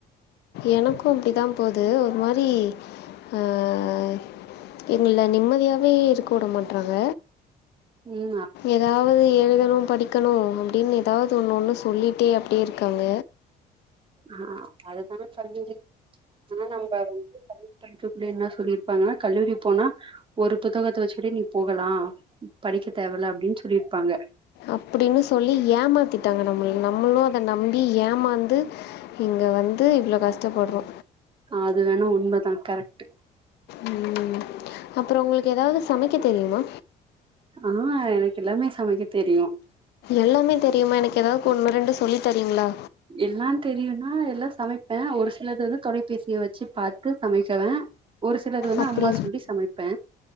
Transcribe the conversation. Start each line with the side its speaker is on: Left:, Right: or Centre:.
Left: எனக்கும் அப்படி தா போது ஒரு மாரி ஆஹ் எங்கள நிம்மதியாவே இருக்க விட மாட்றாங்க
Right: உம் அ
Left: எதாவது எழுதணும் படிக்கணும் அப்படின்னு எதாவது ஒன்னு ஒன்னு சொல்லிட்டே அப்படியே இருக்காங்க
Right: ஆஹ் அது தானே கல்லூரி ஆனா நம்ப வந்து கல்லூரி <unintelligible> என்ன சொல்லிருப்பாங்க கல்லூரி போனா ஒரு புத்தகத்த வச்சுகிட்டே நீ போகலா படிக்க தேவ இல்ல அப்டின்னு சொல்லிருப்பாங்க
Left: அப்படின்னு சொல்லி ஏமாத்திட்டாங்க நம்மள நம்மளும் அத நம்பி ஏமாந்து இங்க வந்து இவ்ளோ கஷ்டப்பட்றோ
Right: அது வேணா உண்மதா கரெக்ட்டு
Left: ம் அப்புறோ உங்களுக்கு ஏதாவது சமைக்க தெரியுமா
Right: ஆ எனக்கு எல்லாமே சமைக்க தெரியு
Left: எல்லாமே தெரியுமா எனக்கு ஏதாவது ஒன்னு ரெண்டு சொல்லித்தரீங்களா
Right: எல்லாந் தெரியுன்னா எல்லா சமைப்பே ஒரு சிலது வந்து தொலைபேசிய வச்சு பாத்து சமைக்குவே ஒரு சிலது வந்து
Left: அப்படி
Right: அம்மா சொல்லி சமைப்பே